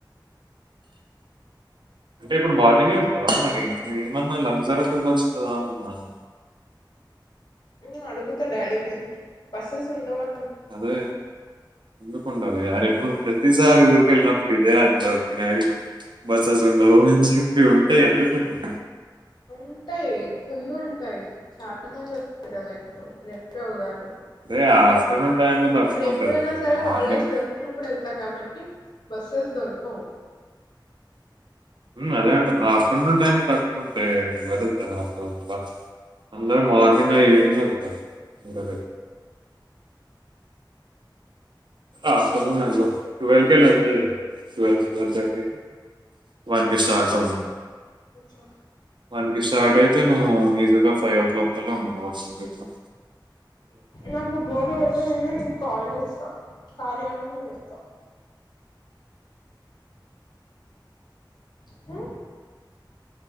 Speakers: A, on the right (about 70°); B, on the left (about 60°).
A: అంటే ఇప్పుడు మార్నింగ్ గే వెళ్తావా మరి నేను ఏమన్నా లగ్జర కి వెళ్ళొచ్చు కదా అన్నాను
B: హు అడుగుతా డాడీకి బస్సెస్ ఉండవా
A: అదే ఎందుకు ఉండవే అరే నువ్వు ప్రతిసారి ఊరు కెళ్లి నప్పుడు ఇదే అంటావు మీ డాడీ బసెస్ ఉండవు అని చెప్పి ఉంటాయి ఎందుకుండవు
B: ఉంటాయి ఫుల్ ఉంటాయి చాలా మంది <inaudible> కదా ఇప్పుడు రేపే ఉగాది
A: అదే ఆఫ్టర్నూన్ టైంలో తక్కువ
B: నేను
A: ఉంటుంది
B: ఎప్పుడైనా సరే
A: మార్నింగ్
B: హల్డేస్ దొరికినప్పుడు వెళ్తా కాబట్టి బస్సులు దొరకవు
A: హు అదే అంటున్న ఆఫ్టర్నూన్ టైం లో తక్కువ ఉంటే వెతుకుతాను <unintelligible> అందరు మార్నింగ్ లా ఈవెనింగ్ లా వెళ్తారు దూరాలకి ఆఫ్టర్ నూన్ వెళ్ళవు ట్వీల్వ్ కే లగ్జరీ టువెల్ థర్టీ కి వన్ కి స్టార్ట్ అవు
B: <unintelligible>
A: వన్ కి స్టార్ట్ అయితే నువ్వు ఈజీగా ఫైవ్ ఓ క్లాక్ కల్లా ఉంటావు హర్షన్ పేటలో
B: నాకు బోర్ కొడితే దానే నీకు కాల్ చేస్తా కార్యాలోనే చేస్తా. తా హు